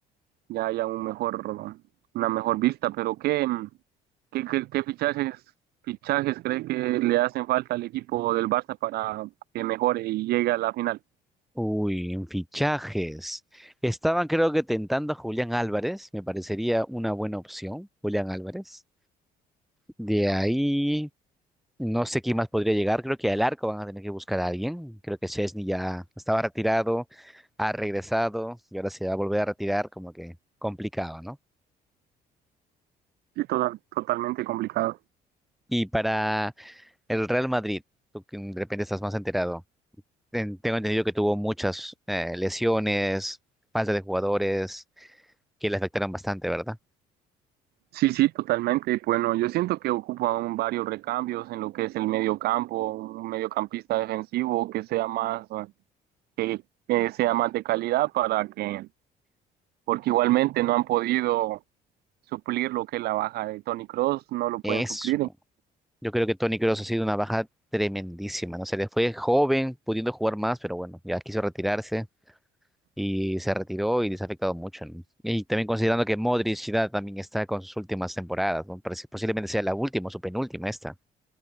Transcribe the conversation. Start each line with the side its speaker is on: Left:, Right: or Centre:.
Right: ya haya un mejor, una mejor vista. Pero ¿qué, qué, qué- qué fichajes, fichajes cree que le hacen falta al equipo del Barça para que mejore y llegue a la final?
Centre: Uy, en fichajes. Estaban creo que tentando a Julián Álvarez, me parecería una buena opción, Julián Álvarez. De ahí, no sé quién más podría llegar, creo que al arco van a tener que buscar a alguien. Creo que Chesney ya estaba retirado, ha regresado y ahora se va a volver a retirar, como que complicado, ¿no?
Right: Sí, total totalmente complicado.
Centre: Y para el Real Madrid, tú que de repente estás más enterado, ten- tengo entendido que tuvo muchas eh, lesiones, falta de jugadores que le afectaron bastante, ¿verdad?
Right: Sí, sí, totalmente. Bueno, yo siento que ocupan varios recambios en lo que es el medio campo, un mediocampista defensivo que sea más, eh, que, que sea más de calidad para que, porque igualmente no han podido suplir lo que es la baja de Tony Cross, no lo pueden
Centre: Eso.
Right: suplir.
Centre: Yo creo que Tony Kroos ha sido una baja tremendísima, ¿no? Se le fue joven, pudiendo jugar más, pero bueno, ya quiso retirarse y se retiró y les ha afectado mucho, ¿no? Y también considerando que Modric ya también está con sus últimas temporadas, ¿no? Parece- Posiblemente sea la última o su penúltima esta.